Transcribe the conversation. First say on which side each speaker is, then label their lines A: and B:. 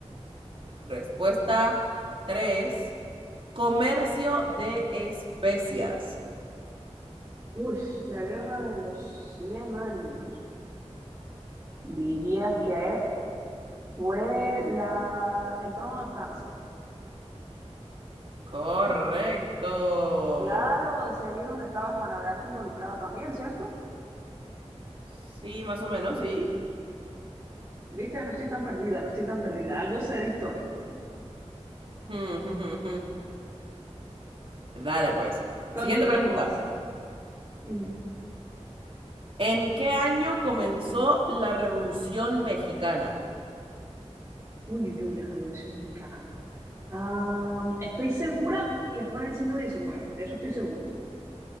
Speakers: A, on the right (about 50°); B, on the right (about 25°).
A: respuesta tres, Comercio de especias.
B: Uy, la guerra de los 100 años. Diría que fue la... el trono de Francia.
A: Correcto.
B: Claro, o sea, ahí es donde estaba Juana de Arco involucrada también, ¿cierto?
A: Sí, más o menos, sí.
B: Viste, no estoy tan perdida, no estoy tan perdida. Algo sé de historia.
A: <laughs> Dale, pues.
B: Continuemos.
A: Siguiente pregunta.
B: Ujú.
A: ¿En qué año comenzó la Revolución Mexicana?
B: Uy, uy, uy, la Revolución Mexicana. Ah, estoy segura que fue en el siglo XIX, de eso estoy segura.